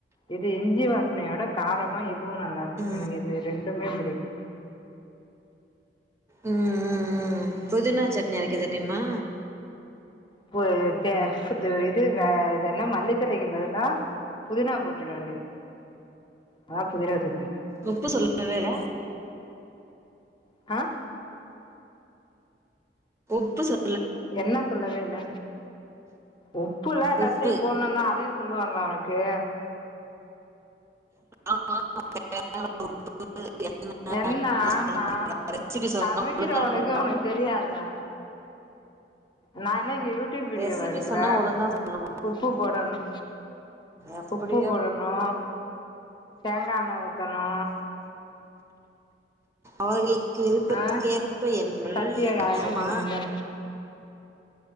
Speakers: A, on the left; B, on the right.
A: இது இஞ்சி வாசனையோட காரமா இதுவு நல்லா இருக்கோ எனக்கு
B: ம்
A: இது ரெண்டுமே பிடிக்கு
B: ம் ம் ம் புதினா சட்னி அரைக்க தெரியுமா
A: பு தே இது இது வே இது என்ன மல்லித்தழைக்கு பதிலா புதினா போட்டுட வேண்டிது அதா புதினா சட்னி
B: உப்பு சொல்லவேல்ல
A: அ
B: உப்பு சொல்
A: என்ன சொல்லவே இல்ல உப்புல்லா எல்லாத்துலயு
B: உப்பு
A: போட்னு தா அதையு சொல்லுவாங்ளா உனக்கு
B: <inaudible> அளவு என்ன
A: என்ன
B: சொல்றீங்க?
A: ஆமா
B: ரெசிபி சொன்னா
A: சமைக்கிற
B: ஒழுங்கா
A: ஒனக்கு
B: சொல்லணும்
A: ஒனக்கு தெரியாதா நா என்ன இங்க யூடியூப் வீடியோவா
B: ரெசிபி
A: எடுக்குற
B: சொன்னா ஒழுங்கா சொல்லணும்
A: உப்பு போடனு
B: எப்படியோ
A: உப்பு போடனோ தேங்கா எண்ண ஊத்தனு
B: அவுங்ளுக் விருபத்துக்கு
A: ஆ
B: ஏற்ப்ப எண்ணெயா
A: சட்டிய காய வைக்கணு
B: ஆமா
A: தான